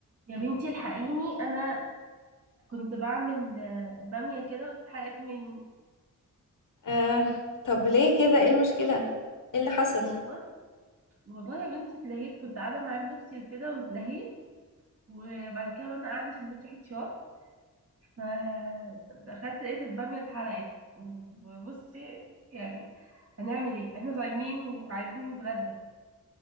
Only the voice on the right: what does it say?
يا بنتي الحقيني انا كنت بعمل آه، باميه كده واتحرقت مني
اعمل
ايه
والله والله يا بنتي اتلهيت كنت قاعده مع ابن اختي وكده واتلهيت وبعد كده وانا قاعده شميت ريحه شوك فدخلت لقيت الباميه اتحرقت وبصي يعني هنعمل ايه احنا صايمين وعايزين نتغدى